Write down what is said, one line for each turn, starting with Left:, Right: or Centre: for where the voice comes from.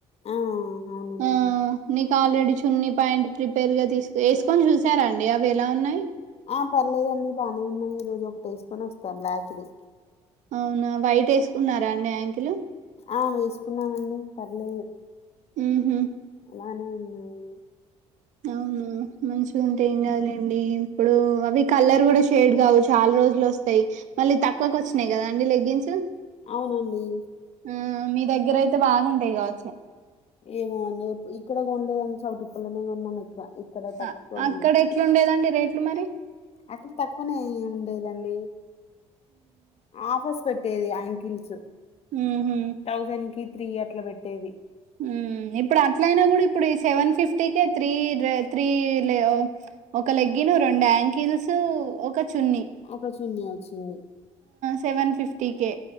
Left: ఆ అవునండి
Right: ఆహ్ నీక్ ఆల్రెడీ చున్ని పాయింట్ ప్రిపేర్ గా తీసు ఎస్కొని చూసారా అండి అవి ఎలా ఉన్నాయి.
Left: ఆ పర్లేదండి బానే ఉన్నాయ్ ఈ రోజు ఒక ఎస్కొని వస్తా బ్లాక్ ది.
Right: అవునా వైట్ ఎస్కున్నారా అండి యంకిలు.
Left: ఆ వేసుకున్నానండి పర్లేదు
Right: ఉమ్ హు
Left: అలానే ఉన్నాయని
Right: అవును మంచిగుంటే ఏం కాదులెండి ఇప్పుడు అవి కలర్ కూడా షేడ్ కావు చాలా రోజులు వస్తాయి మళ్ళీ తక్కువకు వచ్చినాయి కదా అండి లెగ్గిన్స్
Left: అవునండి
Right: ఉమ్ మీ దగ్గరయితే బాగుంటాయి కావచ్చు
Left: ఏమో అండి ఇక్కడ కొనలేదండి చౌటి పల్లనే కొన్నాం ఎక్కువ ఇక్కడ తక్కువనే
Right: అ అక్కడ ఎట్లుండేదండి రేట్లు మరి
Left: అక్కడ తక్కువనే అయ్యి ఉండేదండి. ఆఫస్ పెట్టేది యాంకిల్స్
Right: ఉహు
Left: థౌజండ్ కి త్రీ అట్లా పెట్టేది
Right: ఉమ్ ఇప్పుడు అట్లయినా కూడా ఇప్పుడు ఈ సెవెన్ ఫిఫ్ ఫ్టీ కే త్రీ డ్రై త్రీ లే ఒక లెగ్గిన్ రెండు యాంకిల్స్ ఒక చున్నీ
Left: ఒక చిన్ని వచ్చింది
Right: సెవన్ ఫిఫ్టీ కె